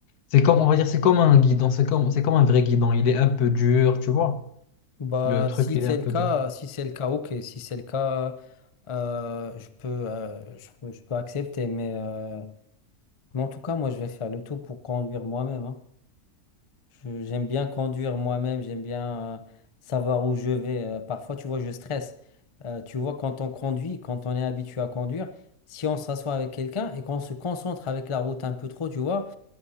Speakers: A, on the left (about 80°); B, on the left (about 30°).
A: C'est comme, on va dire, c'est comme un guidon, c'est comme, c'est comme un vrai guidon. Il est un peu dur, tu vois.
B: Bah,
A: Le truc,
B: si
A: il
B: c'est
A: est un peu
B: le cas,
A: dur.
B: si c'est le cas, ok. Si c'est le cas, euh, je peux, euh, je peux, je peux accepter. Mais, euh, mais en tout cas, moi, je vais faire le tout pour conduire moi-même. hein. Je- J'aime bien conduire moi-même, j'aime bien euh, savoir où je vais. Euh, parfois, tu vois, je stresse. Euh, tu vois, quand on conduit, quand on est habitué à conduire, si on s'assoit avec quelqu'un et qu'on se concentre avec la route un peu trop, tu vois,